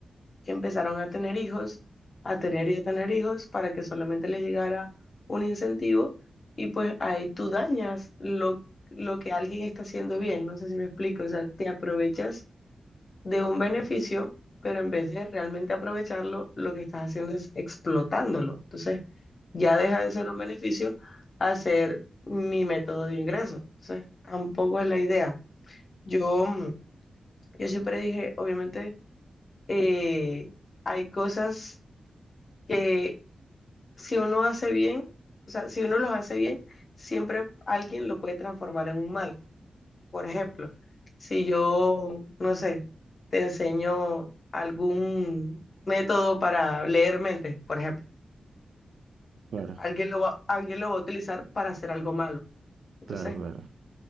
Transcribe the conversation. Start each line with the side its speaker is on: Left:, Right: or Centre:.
Left: que empezaron a tener hijos, a tener y a tener hijos para que solamente les llegara un incentivo y pues ahí tú dañas lo, lo que alguien está haciendo bien, no sé si me explico, o sea, te aprovechas de un beneficio, pero en vez de realmente aprovecharlo, lo que estás haciendo es explotándolo. Entonces, ya deja de ser un beneficio a ser mi método de ingreso. Entonces, tampoco es la idea. Yo, mm, yo siempre dije, obviamente, eh, hay cosas que si uno hace bien, o sea, si uno los hace bien, siempre alguien lo puede transformar en un mal. Por ejemplo, si yo, no sé, te enseño algún método para leer mentes, por ejemplo,
Right: Claro,
Left: alguien lo va, alguien lo va a utilizar para hacer algo malo. Entonces,
Right: claro, claro.